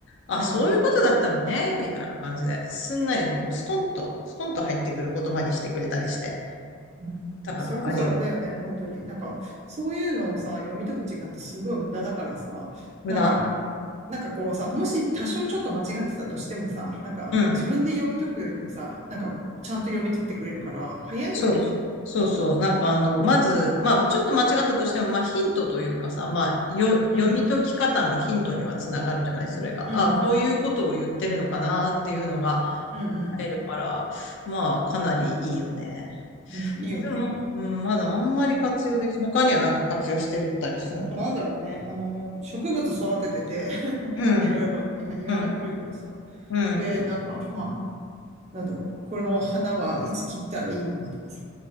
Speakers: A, on the left; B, on the right.
A: あ、
B: うん。
A: そういうことだったのね、みたいな感じで、すんなりもうストンと、ストンと入ってくる言葉にしてくれたりして。
B: う
A: だから、
B: んそれこそあれだよね、
A: あれ、
B: 本当に。なんか、そういうのをさ、読み解く時間ってすごい無駄だからさ、
A: 無駄。
B: なんか、なんかこうさ、もし多少ちょっと間違ってたとしてもさ、なんか自分で読み解くよりもさ、
A: うん。
B: なんかちゃんと読み取ってくれるから、早いよね。
A: そう、そうそう。なんかあの、まず、まあ、ちょっと間違ったとしても、まあ、ヒントというかさ、まあ、よ、
B: うん、
A: 読み解き方のヒントにはつながるじゃないそれが。
B: うん、
A: あ、こういうことを言ってるのかなっていうのが
B: うん、うん、
A: 入るから、まあ、かなりいいよね。
B: うん、いいよね。
A: あでも、うん、まだあんまり活用でき、他にはなんか活用してたりするの
B: あとなんだろうね。あの、植物育ててて <laughs>
A: うん、
B: いろいろ、今庭が広いからさ。
A: うん、うん。
B: で、なんか、まあ、なんだろう、この花はいつ切ったらいいのかとかさ。